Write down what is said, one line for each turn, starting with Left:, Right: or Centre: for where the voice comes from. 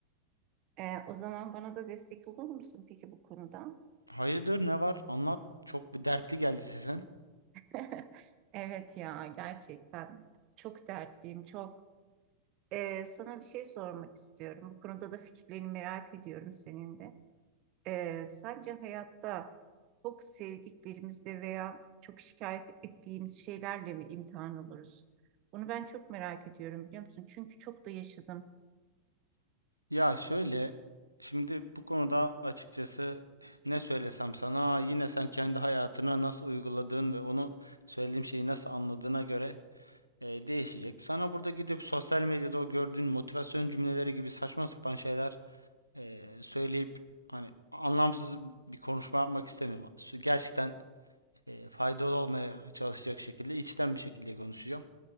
Right: Ee, o zaman bana da destek olur musun peki bu konuda?
Left: Hayırdır ne var? Anlat. Çok bir dertli geldi sesin.
Right: <laughs> Evet ya gerçekten çok dertliyim çok. Ee, sana bir şey sormak istiyorum. Bu konuda da fikirlerini merak ediyorum senin de. Ee, sence hayatta çok sevdiklerimizle veya çok şikayet ettiğimiz şeylerle mi imtihan oluruz? Bunu ben çok merak ediyorum biliyor musun? Çünkü çok da yaşadım.
Left: Ya şöyle, şimdi bu konuda açıkçası ne söylesem sana yine sen kendi hayatına nasıl uyguladığın ve onu söylediğim şeyi nasıl anladığına göre e, değişecek. Sana burada gidip sosyal medyada o gördüğün motivasyon cümleleri gibi saçma sapan şeyler e, söyleyip hani anlamsız bir konuşma yapmak istemiyorum. Sü- Gerçekten e, faydalı olmaya çalışacak şekilde içten bir şekilde konuşacağım.